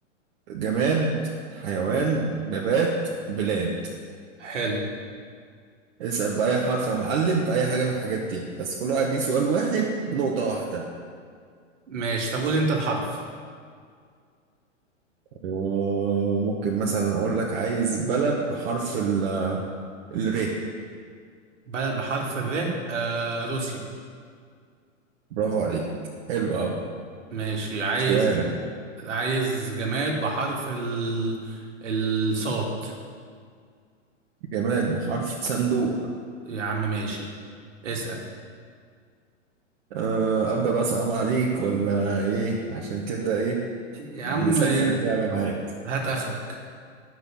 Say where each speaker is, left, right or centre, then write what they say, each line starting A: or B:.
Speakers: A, on the right; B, on the right.
A: جماد حيوان نبات بلاد
B: حلو
A: اسأل بأي حرف يا معلم في أي حاجة من الحاجات دي بس كل واحد ليه سؤال واحد بنقطة واحدة
B: ماشي طب قول انت الحرف
A: وممكن مثلا اقول لك عايز بلد بحرف ال الر
B: بلد بحرف الر آه روسيا
A: برافو عليك حلو قوي
B: ماشي عايز
A: سؤالك
B: عايز جماد بحرف ال الصاد
A: جماد بحرف صندوق
B: يا عم ماشي اسأل
A: أه ابدا بقى صعب عليك ولا ايه عشان كده ايه
B: يا عم
A: نسخن
B: آه،
A: بقى معاك
B: هات اخرك